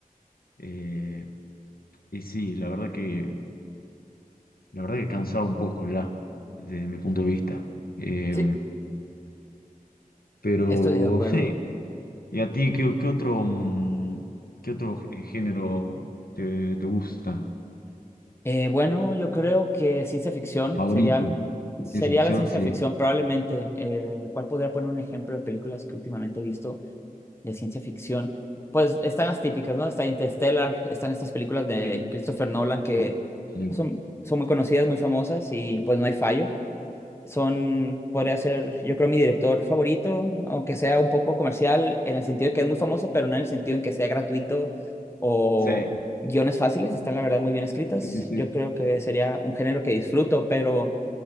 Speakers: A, on the left; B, on the left.
A: eh, y sí, la verdad que, la verdad que cansaba un poco ya, desde mi punto de vista. Eh,
B: sí,
A: pero
B: estoy de acuerdo.
A: sí. ¿Y a ti qué, qué otro, mm, qué otro eh, género te, te gusta?
B: Eh, bueno, yo creo que ciencia ficción
A: ¿Favorito?
B: sería, sería
A: ¿Ciencia ficción?
B: la ciencia
A: Sí.
B: ficción probablemente. Eh, ¿cuál podría poner un ejemplo de películas que últimamente he visto? de ciencia ficción, pues están las típicas, ¿no? Está Interstellar, están estas películas de
A: Sí.
B: Christopher Nolan que
A: Oh, excelente.
B: son, son muy conocidas, muy famosas y pues no hay fallo. Son, podría ser, yo creo, mi director favorito, aunque sea un poco comercial en el sentido de que es muy famoso, pero no en el sentido en que sea gratuito o
A: Sí,
B: guiones fáciles, están la verdad muy bien escritas.
A: sí, sí, sí.
B: Yo creo que sería un género que disfruto, pero...